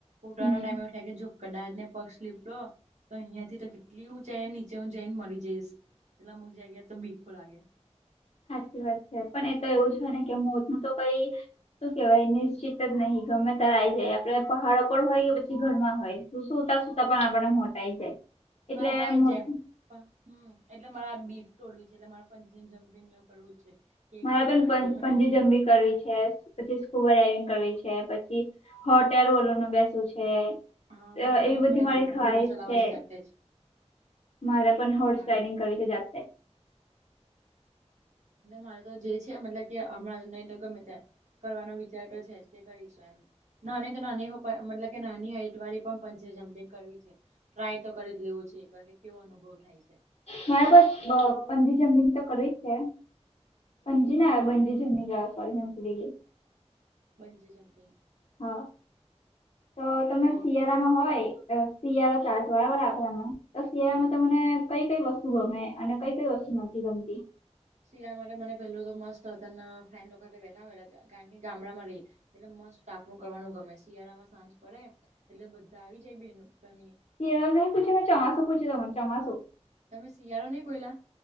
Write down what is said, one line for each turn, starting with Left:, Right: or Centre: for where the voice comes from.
Right: પોતાના
Left: હમ
Right: ટાઈમ એવું થાય કે, જો કદાચ ને પગ સ્લીપ તો તો અહિયાંથી તો કેટલી ઊંચાઈ નીચે હું જઈને મરી જઈશ એટલે અમુક જગ્યા એતો બીકો લાગે.
Left: સાચી વાત છે, પણ એ તો એવું જ હોયને કે મોત નું તો કઈ શું કેવાય નિશ્ચિત જ નહીં ગમે ત્યાર આઇ જાય
Right: હમ
Left: આપડે પણ બાર પણ હોય પછી ઘરમાં હોય શું સુતા સુતા પણ આપડને મોત આઇ જાય. એટલે
Right: હા, એતો આઇ
Left: મોત
Right: જ જાય. હ એટલે માર આજ બીક તોડવી છે એટલે મારે પંચિજમ્પિંગને એવું કરવું છે. કે એક
Left: મારે
Right: વાર
Left: પણ
Right: તો કરીએ
Left: પં
Right: ભલે
Left: પંચિજંમ્પિગ
Right: જે થાય
Left: કરવી છે. પછી સ્કૂબા રાઈડિંગ કરવી છે, પછી હોટ એર બલૂનમાં બેસવું છે.
Right: હા મારે
Left: અ
Right: પણ
Left: એ
Right: એક
Left: બધી
Right: વાર
Left: મારે ખ્વાઇશ
Right: ઘોડો ચલાવવો
Left: છે,
Right: જાતે જ
Left: મારે પણ
Right: એટલે
Left: હોર્સ
Right: આવે
Left: રાઈડિંગ કરી લો જાતે. <inaudible>
Right: ન મારે તો જે છે મતલબ કે હમણાં નહી તો ગમે ત્યારે કરવાનો વિચાર તો છેજ, કે કરીશું આમ નાની તો નાની હો પ મતલબ કે નાની હાઈટવાળી પણ પંચિજમ્પિંગ કરવી છે. ટ્રાય તો કરીજ લેવું છે એક વાર કે કેવો અનુભવ થાય છે.
Left: મારેપણ બ પંજી જમ્પિન તો કરવી જ છે. પંજી ના આવે, બંજી જમ્પિંગ આવે સોરી મે ભૂલી ગઈ.
Right: Bungee jumping.
Left: હા. તો તમે
Right: હોય
Left: શિયાળામાં હોય અ શિયાળો <unintelligible> રાખવામાં તો શિયાળામાં
Right: હા
Left: તમને કઈ કઈ વસ્તુ ગમે? અને કઈ કઈ વસ્તુ નથી ગમતી?
Right: શિયાળામાં માટે મને પેલું તો મસ્તને અત્યારના ફ્રેન્ડ લોકો તય બેઠા હોય ત કારણ કે ગામડામાં રહીએ એટલે મસ્ત તાપણું કરવાનું ગમે, શિયાળામાં સાંજ પડે એટલે બધા આવી જાય બેનપણીઓ
Left: શિયાળો નહી પૂછ્યું મેં ચોમાસું પૂછ્યું તું મેં ચોમાસુ.
Right: તમે શિયાળો નહી બોઇલા?